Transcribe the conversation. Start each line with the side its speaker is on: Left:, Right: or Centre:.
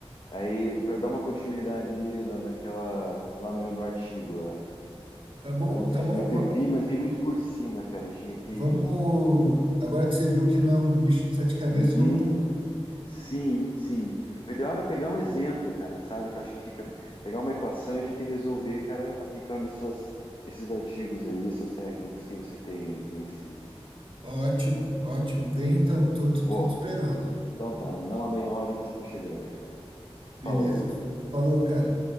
Left: aí, pra dar uma continuidade ali na, naquela, lá no, no artigo lá.
Right: Tá bom,
Left: Que ontem
Right: tá bom,
Left: eu, ontem
Right: vamos,
Left: eu vi, mas vi muito por cima, cara. Tinha que.
Right: vamos. Agora que você viu que não é um bicho de sete cabeças,
Left: Uhum.
Right: vamos.
Left: Sim, sim. O ideal era pegar um exemplo, cara, sabe? Que eu acho que fica. Pegar uma equação e a gente resolver, cara, aplicando essas, esses artigos aí, essas técnicas que você tem aí conhecidas.
Right: Ótimo, ótimo.
Left: Beleza.
Right: Vem então, tô, tô,
Left: Vou.
Right: tô te esperando.
Left: Então tá, me dá uma meia hora aí que eu já tô chegando aí, cara.
Right: Beleza.
Left: Falou.
Right: Falou, cara.